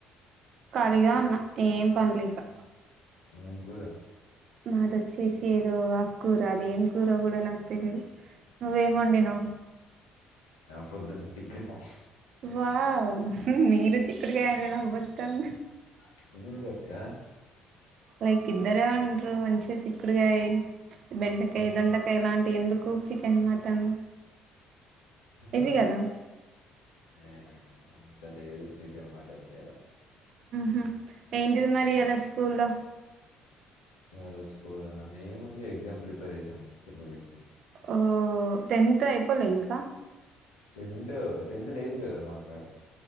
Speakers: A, on the right (about 60°); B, on the left (about 80°).
A: ఖాళీగా ఉన్న ఏం పంలిగా
B: నింకూరు
A: మాదిొచ్చేసి ఏదో ఆ కూూర అది ఏం కూర కూడా నాకు తెలిదు నువ్వేమండి ను
B: పొద్దున్న చిక్కుడికాయ
A: వా మీరు చిక్కడికాయంటే అవ్వతాను
B: చిక్కుడు అక్క
A: లైక్ ఇద్దరే ఉంటరు మంచిగా చిక్కుడుగాయి బెండకాయ
B: ఉమ్,
A: దొండకాయ లాంటి ఎందుకు కూ చికెన్ మటన్
B: ఆహా.
A: ఇవ కదా
B: ఏ, అంత లేదు చికెన్ మటన్ర
A: హ ఏంటిది మరి అాల స్కూల్లో
B: హలో స్కూల్ ఏముంది ఎగ్జామ్ ప్రిపరేషన్స్ పల వక్కు
A: ఓ టెన్త్ అయిపోలే ఇంకా
B: టెంత్ టెన్త్ లేదుగదా మాకాడ